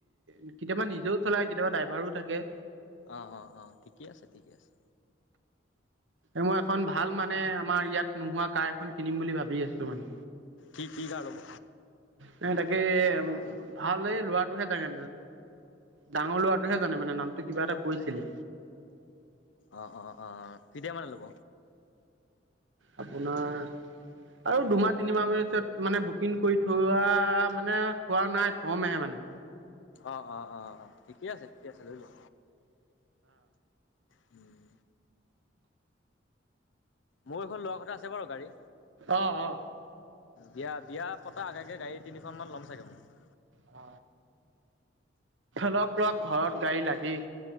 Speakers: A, on the right; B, on the left.
A: কেতিয়াবা নিজেও চলাই কেতিয়াবা ড্ৰাইভাৰো থাকে।
B: অ অ অ ঠিকে আছে ঠিকে আছে
A: এই মই এখন ভাল মানে আমাৰ ইয়াত নোহোৱা কাৰাঁ এখন কিনিম বুলি ভাবি আছো মানে।
B: কি কি কাৰ লব
A: নাই তাকে ভাল লোৱাটোহে তাকে ডাঙৰ লৰাটোহে জানে মানে নামটো কিবা এটা কৈছিলে
B: অঁ অঁ অঁ কেতিয়া মানে ল'ব
A: আপোনাৰ আৰু দুমাহ তিনিমাহ পিছত মানে বুকিং কৰি থোৱা মানে থোৱা নাই থমেহে মানে
B: অ অ অ অ ঠিকে আছে ঠিকে আছে লৈ লোৱা। হম মোৰ এখন লোৱা কথা আছে বাৰু গাড়ী
A: অ অ অ
B: বিয়া বিয়া পতা আগে গাড়ী তিনিখন মান ল'ম চাগে মই
A: অ ল লগ ঘৰত গাড়ী লাগেই।